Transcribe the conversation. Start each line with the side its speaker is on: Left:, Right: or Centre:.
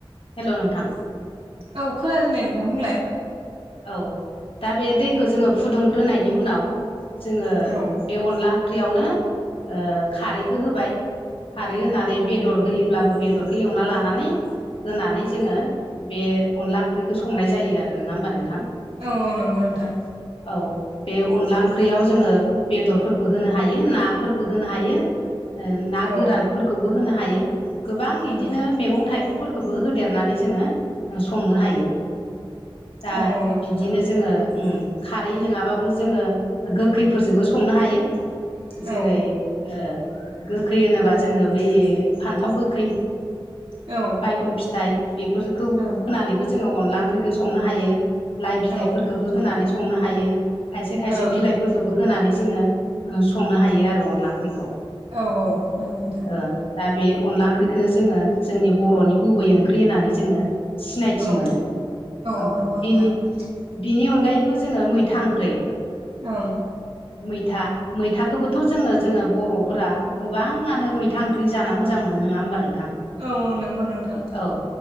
Left: हेल' नोंथां
Right: औ खोनादों नै नोंथां बुंलाय
Left: औ दा बे दैखौ जोङो फुदुंग्रोनायनि उनाव जोङो
Right: औ
Left: बे अनला ओंख्रियावनो ओ खारैबो होबाय खारै होनानै बेदर होयोब्लाबो बेदरखौ एवना लानानै होनानै जोङो बे अनला ओंख्रिखौ संनाय जायो आरो नङा होमबा नोंथां?
Right: औ औ नंगौ नोंथां।
Left: औ। बे अनला ओंख्रियाव जोङो बेदरफोरबो होनो हायो नाफोरबो होनो हायो। ना गोरानफोरखौबो
Right: औ ओं
Left: होनो हायो। गोबां इदिनो
Right: औ
Left: मैगं थाइगंफोर खौबो होदेरनानै जोङो संनो हायो। दा
Right: औ नंगौ
Left: बिदिनो
Right: नोंथां
Left: जोङो उ खारै नङाबाबो जोङो गोखैफोरजोंबो संनो हायो। जेरै
Right: औ
Left: ओ गोखै होनोबा जोङो बै फान्थाव गोखै
Right: औ।
Left: बैगन फिथाइ बेफोरखौ होनानैबो
Right: औ
Left: जोङो अनला ओंख्रिखौ संनो हायो। लाइ बिलाइफोरखौबो
Right: नंगौ नोंथां
Left: होनानै संनो हायो। खायसे खायसे
Right: ओं
Left: बिलाइ फोरखोबो होनानै जोङो संनो हायो आरो अनला ओंख्रिखौ।
Right: औ औ नंगौ नोंथां
Left: ओ। दा बे अनला ओंख्रिखोनो जोङो जोंनि बर'नि गुबै ओंख्रि होननानै जोङो सिनायथि
Right: औ
Left: मोनो। औ
Right: नंगौ नोंथां
Left: बिनि बिनि अनगायैबो जोङो मैथा ओंख्रै
Right: ओं।
Left: मैथा मैथाखौबोथ' जोङो जोङो बर'फोरा गोबाङानो मैथा ओंख्रि जाना मोजां मोनो नङा होमबा नोंथां?
Right: औ नंगौ नोंथां।
Left: अ